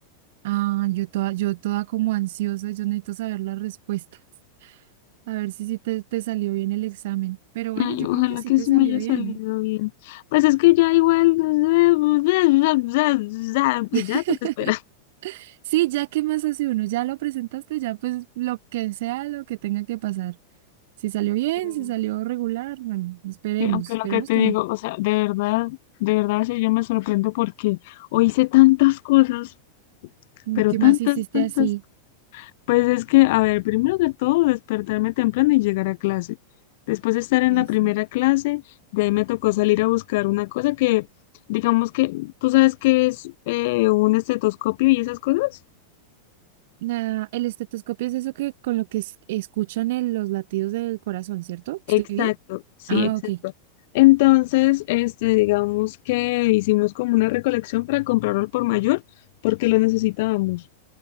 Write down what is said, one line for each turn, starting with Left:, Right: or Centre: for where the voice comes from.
Right: ah, yo toda, yo toda como ansiosa, yo necesito saber las respuestas. A ver si sí te, te salió bien el examen. Pero bueno,
Left: Ay,
Right: yo
Left: ojalá
Right: creo que sí
Left: que
Right: te
Left: sí
Right: salió
Left: me haya
Right: bien.
Left: salido bien. Pues es que ya igual, <laughs> pues
Right: <laughs>
Left: ya toca esperar.
Right: Sí, ya qué más hace uno, ya lo presentaste, ya pues lo que sea lo que tenga que pasar. Si salió bien,
Left: Mm,
Right: si salió regular, bueno, esperemos,
Left: Sí, aunque
Right: esperemos
Left: lo que te
Right: que
Left: digo,
Right: no.
Left: o sea, de verdad, de verdad, sí, yo me sorprendo porque hoy hice tantas cosas,
Right: Mm,
Left: pero
Right: ¿Qué
Left: tantas,
Right: más hiciste
Left: tantas.
Right: así?
Left: Pues es que, a ver, primero que todo, despertarme temprano y llegar a clase. Después de estar en
Right: Ay,
Left: la
Right: sí.
Left: primera clase, de ahí me tocó salir a buscar una cosa que, digamos que, ¿tú sabes qué es eh, un estetoscopio y esas cosas?
Right: Nada, el estetoscopio es eso que con lo que es- escuchan el- los latidos del corazón, ¿cierto? ¿Estoy
Left: Exacto,
Right: bien?
Left: sí,
Right: Ah,
Left: exacto.
Right: ok.
Left: Entonces, este, digamos que hicimos como una recolección para comprarlo al por mayor porque lo necesitábamos.